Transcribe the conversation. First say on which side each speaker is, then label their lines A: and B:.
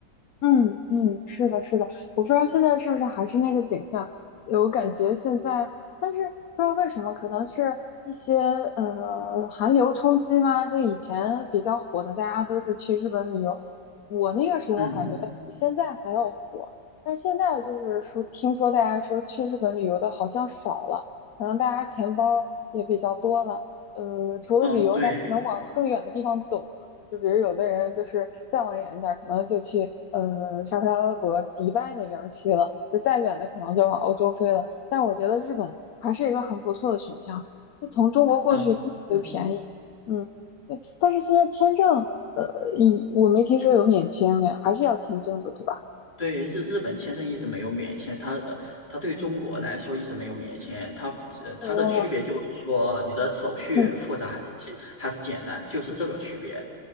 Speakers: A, on the left; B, on the left.
A: 嗯嗯，是的，是的，我不知道现在是不是还是那个景象，有感觉现在，但是不知道为什么，可能是一些呃寒流冲击嘛，就以前比较火的，大家都是去日本旅游，我那个时候感觉比现在还要火，
B: <laughs> 嗯
A: 但现在就是说，听说大家说去日本旅游的好像少了，可能大家钱包也比较多了，呃，除了旅游，
B: 嗯，对，
A: 大家能往更远的地方走。就比如有的人就是再往远一点可能就去嗯沙特阿拉伯、迪拜那边去了，就再远的可能就往欧洲飞了。但我觉得日本还是一个很不错的选项，就从中国过去就便宜。
B: 嗯。嗯。
A: 嗯，对。但是现在签证，呃，以我没听说有免签哎，还是要签证的，对吧？
B: 对日日本签证一直没有免签，它呃，它对中国来说一直没有免签，它呃它的区别就是说你的手续复杂还是简还是简单，
A: 哦，嗯
B: 就是这个区别。